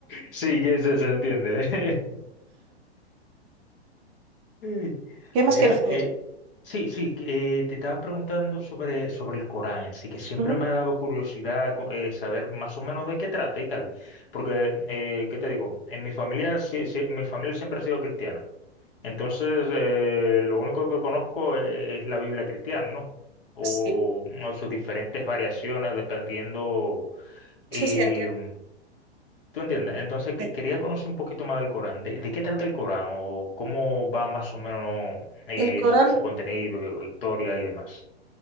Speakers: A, on the left; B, on the right.
A: sí, que eso se entiende. <laughs> Ey,
B: ¿qué más
A: Mira,
B: quieres hacer?
A: eh, sí, sí, que, eh, te estaba preguntando sobre, sobre el Corán, sí, que siempre
B: Ujú.
A: me ha dado curiosidad co- eh, saber más o menos de qué trata y tal, porque, eh, ¿qué te digo? En mi familia, sí, sí, mi familia siempre ha sido cristiana. Entonces, eh, lo único que conozco e- es la Biblia cristiana, ¿no? O,
B: Sí,
A: o sus diferentes variaciones dependiendo... eh,
B: sí, sí, entiendo.
A: ¿tú entiendes? Entonces, que-
B: sí.
A: quería conocer un poquito más del Corán. ¿De, de qué trata el Corán? ¿O cómo va más o menos eh,
B: El Corán.
A: su, su contenido, historia y demás?